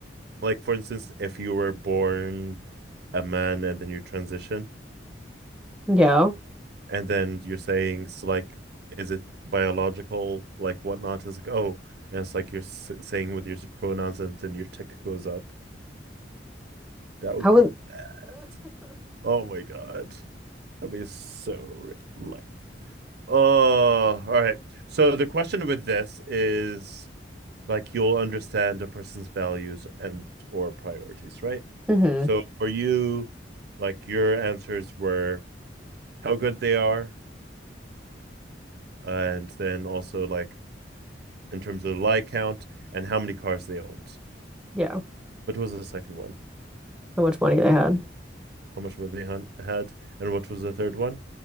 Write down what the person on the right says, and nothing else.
like for instance if you were born a man and then you transition
and then you're saying it's like is it biological like whatnot it's like oh and it's like you're s- saying with your pronouns and then your tick goes up that would
be
bad oh my god that'd be so like oh all right so the question with this is like you'll understand a person's values and or priorities right
so for you like your answers were how good they are and then also like in terms of the lie count and how many cars they owned.
What was the second one?
How much money they hun- had, and what was the third one?